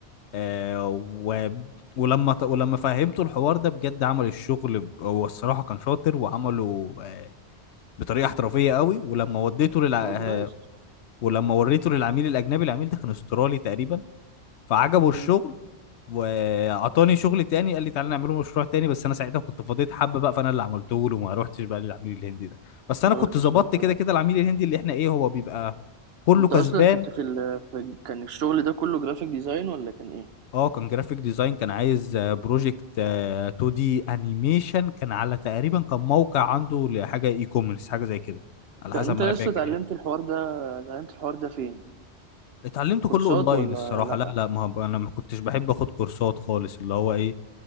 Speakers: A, on the left (about 85°); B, on the right (about 70°).
A: آه و... ولما ت- ولما فهمته الحوار ده بجد عمل الشغل ب- هو الصراحة كان شاطر وعمله آه، بطريقه احترافيه قوي ولما وديته للع...
B: طب
A: آه،
B: نايس
A: ولما وريته للعميل الاجنبي العميل ده كان استرالي تقريبا فعجبه الشغل
B: مم.
A: وعطاني شغل تاني قال لي تعالى نعمله مشروع تاني بس انا ساعتها كنت فضيت حبه بقى فانا اللي عملته له وما روحتش بقى للعميل الهندي ده بس انا
B: ما
A: كنت
B: رحتش
A: ظبطت
B: ليه اه
A: كده كده العميل الهندي اللي احنا ايه هو بيبقى كله
B: انت
A: كسبان
B: اصلا كنت في, ال... في كان الشغل ده كله جرافيك ديزاين ولا كان ايه
A: اه كان جرافيك ديزاين كان عايز بروجكت 2 دي انيميشن كان على تقريبا كان موقع عنده لحاجه اي كوميرس حاجه زي كده
B: انت
A: على حسب
B: انت
A: ما
B: لسه
A: انا فاكر
B: اتعلمت
A: يعني
B: الحوار ده اتعلمت الحوار ده فين
A: اتعلمته
B: كورسات
A: كله اونلاين
B: ولا
A: الصراحه
B: لا
A: لا لا ما هب- انا ما كنتش بحب اخد كورسات خالص اللي هو ايه